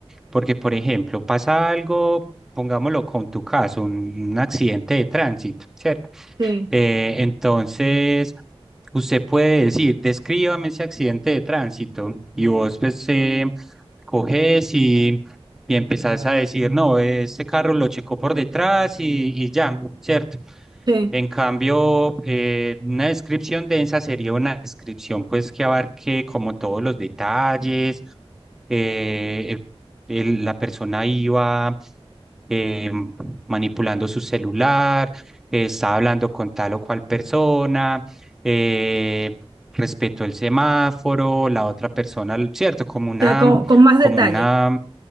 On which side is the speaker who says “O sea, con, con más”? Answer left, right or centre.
Right